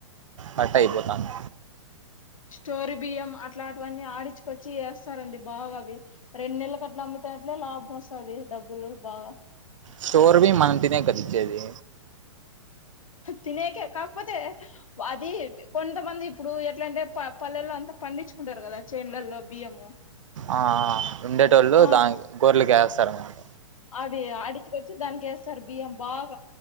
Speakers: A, on the right (about 70°); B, on the left (about 85°).
A: కట్ అయిపోతాంది.
B: స్టోరీ బియ్యం అట్లాటివన్నీ ఆడిచ్చుకొచ్చి ఏస్తారండి బాగ అవి రెండు నెల్లకు అట్లా అమ్ముతే అట్లే లాభం వస్తది డబ్బులు బాగ.
A: స్టోర్ బియ్యం మనం తినేకి కదా ఇచ్చేది
B: తినేకె కాకపోతే వది కొంతమంది ఇప్పుడు ఎట్ల అంటే ప పల్లెల్లో అంతా పండించుకుంటారు కదా చెనులల్లో బియ్యము.
A: ఆ ఉండేటోళ్ళు
B: ఆ
A: దానికి గొర్లకి ఏస్తార్ అనమాట.
B: అది అడిచ్చుకొచ్చి దానికి ఏస్తారు బియ్యం బాగ